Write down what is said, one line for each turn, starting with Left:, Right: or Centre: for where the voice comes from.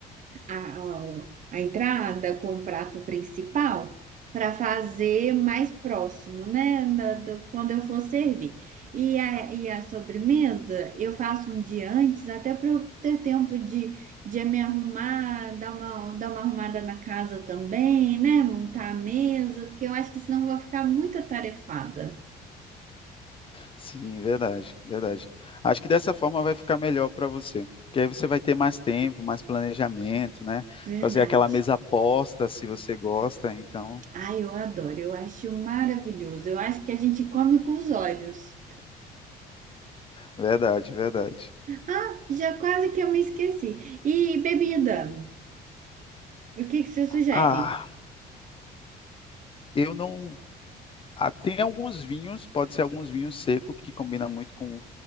Right: a, a- a entrada com o prato principal para fazer mais próximo, né? da- da- quando eu for servir. E a, e a sobremesa eu faço um dia antes, até para eu ter tempo de, de me arrumar, dar uma, dar uma arrumada na casa também, né? Montar a mesa, porque eu acho que senão eu vou ficar muito atarefada.
Left: Sim, verdade, verdade. Acho que dessa forma vai ficar melhor para você, porque aí você vai ter mais tempo, mais planejamento, né?
Right: Verdade.
Left: Fazer aquela mesa aposta se você gosta, então,
Right: Ai, eu adoro, eu acho maravilhoso. Eu acho que a gente come com os olhos.
Left: verdade, verdade.
Right: Ah, já quase que eu me esqueci. E bebida? O que que você sugere?
Left: Ah, eu não. Ah, tem alguns vinhos, pode ser alguns vinhos secos que combina muito com,